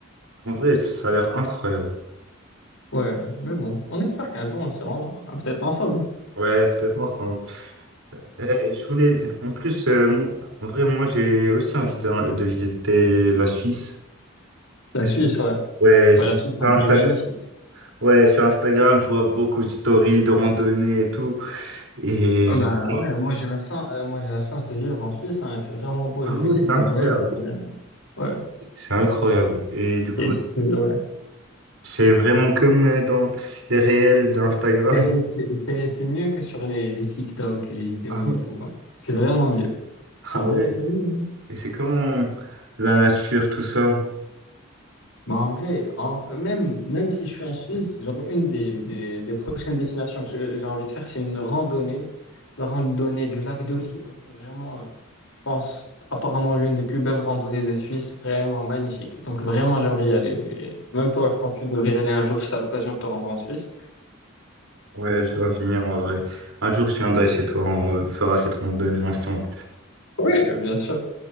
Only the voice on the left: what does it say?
ouais, mais bon, on espère qu'un jour on se rendra, ah, peut-être ensemble.
La
Suisse, ouais.
Ouais, la Suisse,
c'est un
pays magnifique.
Ah
Bah
ouais, moi j'ai la chance, euh, moi j'ai la chance de vivre en Suisse, hein, et c'est vraiment beau,
j'ai
fait quelques
voyages. c'est bien. Ouais.
Et c'est ouais.
Et
c'est c'est- c'est mieux que sur les, les TikTok et les vidéos
YouTube.
hein. C'est vraiment mieux.
En
vrai, c'est mieux.
Bah, en vrai, en- même, même si je suis en Suisse, genre une des, des, des prochaines destinations que je- j'ai envie de faire, c'est une randonnée. C'est La randonnée du lac Dauphine. C'est vraiment, euh, je pense, apparemment l'une des plus belles randonnées de Suisse. Vraiment magnifique. Donc vraiment, j'aimerais y aller. Et même toi, je pense que tu devrais y aller un jour si tu as l'occasion de te rendre en Suisse.
Oui, bien sûr.